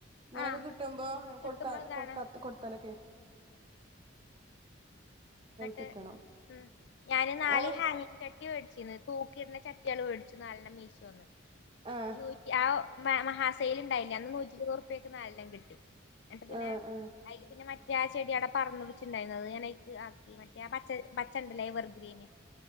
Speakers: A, on the right; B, on the left.
A: ഇങ്ങനൊക്കെ
B: ആഹ്
A: കിട്ടുമ്പോ
B: കിട്ടുമ്പോ
A: കൊടുക്കാല
B: ഇതാണ്
A: കൊടുക്കാ കൊടുത്താലെക്കെ
B: എന്നിട്ട്
A: കിട്ടണം
B: ആ ഞാനും നാല്
A: ഓള്
B: ഹാങ്ങിംഗ് ചട്ടി മേടിച്ചു <unintelligible> തൂക്കിയിടുന്ന ചട്ടികള് മേടിച്ചു നാലെണ്ണം മീശോന്ന്
A: ആഹ്
B: നൂറ്റി ആ മ മഹാ സെയ് സെയ്ല് ഇണ്ടായില്ലേ അന്ന് നൂറ്റിയിരുപ് ഉറുപ്പിക്ക് നാലെണ്ണം കിട്ടി എന്നിട്ട് പിന്നെ
A: ആഹ് ആഹ്
B: അയില് പിന്നെ മ ഞാൻ ചെടി ആടെ പറഞ്ഞ് വെച്ചിട്ടിണ്ടായ്ന് അത് ഞാൻ അയിക്ക് ആ മറ്റെ ആ പച്ച പച്ച ഉണ്ടല്ലോ എവർഗ്രീന്